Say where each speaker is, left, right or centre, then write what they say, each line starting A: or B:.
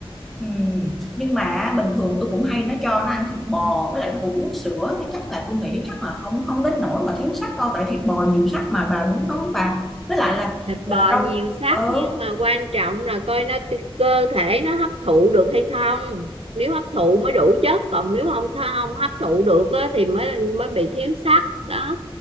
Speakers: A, in the centre; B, on the right.
A: Ừ nhưng mà bình thường tôi cũng hay nó cho nó ăn thịt bò với lại nó cũng uống sữa Thế chắc là tôi nghĩ chắc là không không đến nỗi mà thiếu sắt đâu tại thịt bò nhiều sắt mà bà đúng không bà với lại là
B: thịt bò
A: à, rau
B: nhiều sắt
A: ờ
B: nhưng mà quan trọng là coi nó cơ thể nó hấp thụ được hay không nếu hấp thụ mới đủ chất còn nếu không không hấp thụ được á, thì mới mới bị thiếu sắt đó